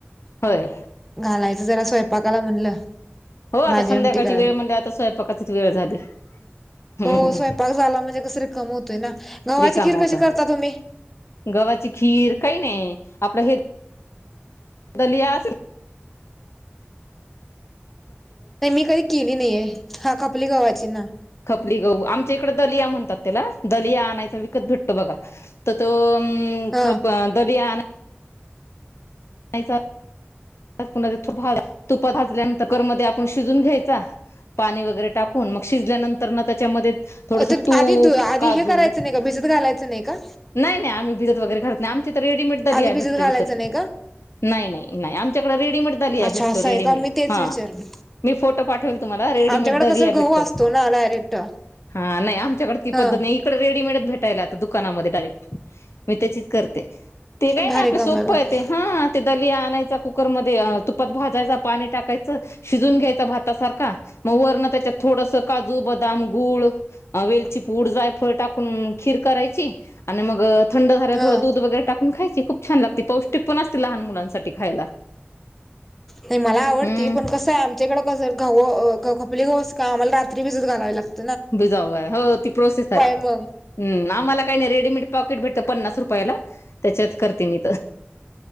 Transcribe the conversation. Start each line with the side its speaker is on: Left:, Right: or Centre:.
Left: होय
Centre: घालायचं जरा स्वयंपाकाला म्हणलं.
Left: हो आता
Centre: भाजी
Left: संध्याकाळची
Centre: आमटी कराव
Left: वेळ म्हणजे आता स्वयंपाकाचीच वेळ झाली. हम्म
Centre: हो स्वयंपाक झाला म्हणजे कस रिकाम होतोय ना. गव्हाची
Left: रिकामा
Centre: खीर
Left: होता
Centre: कशी करता तुम्ही?
Left: गव्हाची खीर काही नाही आपलं हे दलिया असेल
Centre: नाही मी कधी केली नाहीये, हा खपली गव्हाची ना.
Left: खपली गहू, आमच्या इकडं दलिया म्हणतात तेला दलिया आणायचा विकत भेटतो बघा. तर तो आ
Centre: हा
Left: खप त दलिया नाहीसात. आज पुन्हा तेथ तुपा भाचल्यानंत कुकरमध्ये आपण शिजून घ्यायचा, पाणी वगैरे टाकून मग शिजल्यानंतर ना त्याच्यामध्ये थोडस
Centre: तु
Left: तूप,
Centre: आधी आधी
Left: काजू
Centre: हे करायचं नाही का भिजत घालायचं नाही का
Left: नाही नाही आम्ही भिजत वगैरे घालत नाही, आमच्या तर रेडीमेड दलिया
Centre: आधी
Left: आहे
Centre: भिजत
Left: भेटतो
Centre: घालायचं
Left: विकत.
Centre: नाही का
Left: नाही नाही नाही त्याच्याकड रेडीमेड झाली आहे.
Centre: अच्छा
Left: भेटतो
Centre: असं
Left: रेडडीमेड
Centre: का मी तेच
Left: हा.
Centre: विचारलं
Left: मी फोटो पाठवेल तुम्हाला. रेडीमेड
Centre: आमच्याकडे
Left: दलिया
Centre: कसं गहू
Left: भेटतो.
Centre: असतो ना डायरेक्ट
Left: हा नाही आमच्याकडे ती
Centre: हा
Left: पद्धत नाही. इकडे रेडीमेडच भेटायल्या आता दुकानामध्ये. डायरेक्ट मी त्याची करते. ते काही
Centre: भारी
Left: नाही आपल्या
Centre: काम
Left: सोपं
Centre: आहे मग
Left: येत हा ते दल आणायच. कुकरमध्ये तुपात भाजायच पाणी टाकायचं. शिजून घ्यायच भातासारखा मग वरण त्याच्या थोडं थोडस काजू. बदाम. गुळ. वेलची पूड. जायफळ टाकून खीर करायची. आणि मग थंड झाल्याला
Centre: ह
Left: थोडं दूध वगैरे टाकून खायची खूप छान लागते. पौष्टिक पण असती लहान मुलांसाठी खायला.
Centre: नाही मला आवडती.
Left: हम्म
Centre: पण कसं आहे. आमच्याकडं कस गहू आपल गोस का आम्हाला रात्री भिजत घालायला लागत.
Left: भिजाव हो ती प्रोसेस आहे.
Centre: मग
Left: आम्हाला काही नाही रेडीमेड पॉकेट भेटत पन्नास रुपयाला त्याच्यात करते मी.